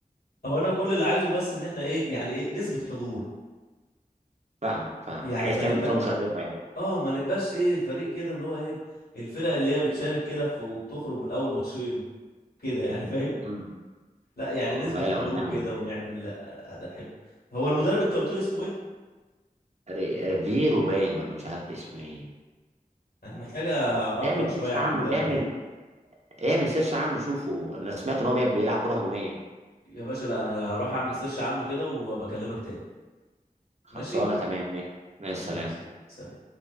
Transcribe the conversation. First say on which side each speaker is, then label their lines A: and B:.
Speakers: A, on the left; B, on the right.
A: هو انا كل اللي عايزه بس ان احنا ايه يعني ايه نسبه حضور
B: فاهمك فاهمك
A: يعني
B: عايز
A: ما
B: تعمل
A: نبقى
B: بطوله مشرفه يعني
A: اه ما نبقاش ايه فريق كده اللي هو ايه الفرق اللي هي بتشارك كده في- وبتخرج من اول ماتشين كده يعني فاهم
B: امم
A: لا يعني
B: والله
A: نسبه
B: لو
A: حضور
B: الاهلي
A: كده ونعمل اداء حلو هو المدرب انت قلت لي اسمه ايه
B: ري- ريفيرو باين ولا مش عارف اسمه ايه
A: انا محتاجه اقرا
B: اعمل
A: شويه
B: سيرش
A: عن
B: عنه
A: المدرب
B: اعمل
A: ده
B: اعمل سيرش عنه شوفه انا سمعت ان هو بيلعب بيلعب كره هجوميه
A: يا باشا لا انا هروح
B: تمام
A: اعمل سيرش عنه كده وبكلمك تاني
B: خلصانه
A: ماشي
B: تمام ماشي مع السلامه
A: ماشي يا صديقي سلام